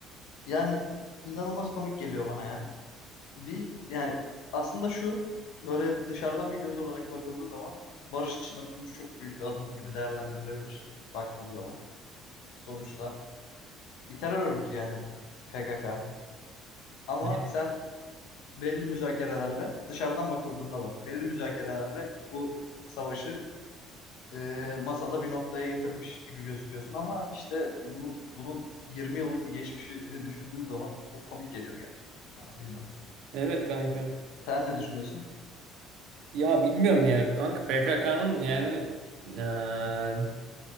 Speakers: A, on the left (about 80°); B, on the right (about 60°).
A: yani inanılmaz komik geliyor bana ya. Bir yani aslında şu böyle dışarıdan bir göz olarak bakıldığı zaman barış için atılmış çok büyük bir adım gibi değerlendirilebilir baktığın zaman. Sonuçta bir terör örgütü yani PKK. Ama
B: Hayır.
A: sen belli müzakerelerle dışarıdan bakıldığında bak belli müzakerelerle bu savaşı e, masada bir noktaya getirmiş gibi gözüküyorsun ama işte bunu, bunun 20 yıllık bir geçmişini düşündüğüm zaman çok komik geliyor yani bana bilmiyorum.
B: Evet kanka.
A: Sen ne düşünüyorsun?
B: Ya bilmiyorum ya kanka PKK'nın yani eee,